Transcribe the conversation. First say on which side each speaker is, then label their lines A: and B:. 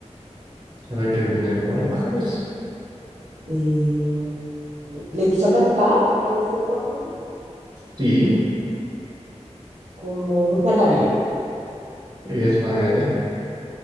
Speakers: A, on the right; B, on the right.
A: Ahora hay que adivinar cuál pájaro es.
B: Eh, le gusta cantar a este pájaro
A: Sí,
B: como un canario,
A: es más grande.